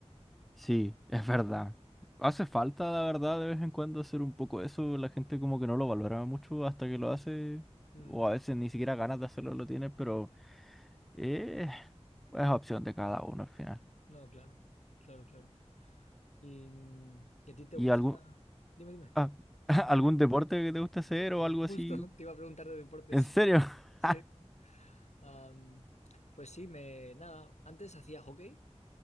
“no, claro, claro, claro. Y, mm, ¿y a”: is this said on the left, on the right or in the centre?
Left